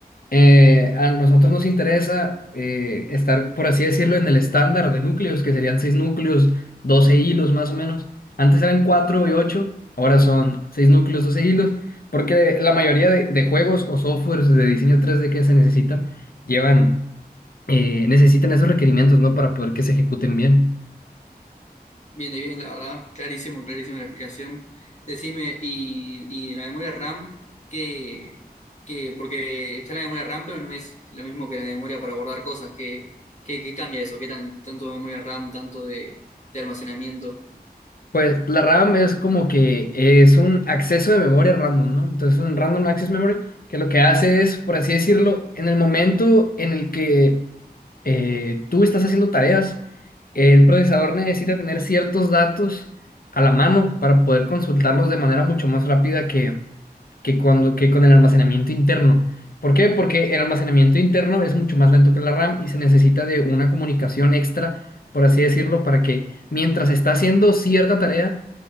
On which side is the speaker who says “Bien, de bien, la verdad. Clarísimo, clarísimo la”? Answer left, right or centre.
Left